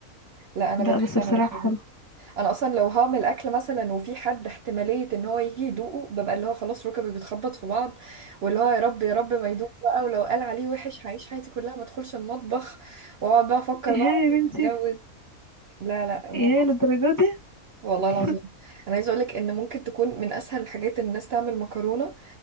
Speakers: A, on the right; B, on the left.
A: لا انا
B: لا
A: بدخ...
B: بس
A: انا
B: بصراحه
A: بخاف
B: حلو
A: انا اصلا لو هعمل اكل مثلا وفي حد احتماليه ان هو يجي يدوقه ببقى اللي هو خلاص ركبي بتخبط في بعض واللي هو يا رب يا رب ما يدوق بقى ولو قال عليه وحش هعيش حياتي كلها ما ادخلش المطبخ واقعد بقى افكر
B: ايه
A: بقى عمري
B: يا بنتي
A: ما هتجوز لا لا الموضوع
B: ايه للدرجه
A: صعب.
B: دي
A: والله
B: <laughs>
A: العظيم انا عايزه اقولك ان ممكن تكون من اسهل الحاجات ان الناس تعمل مكرونه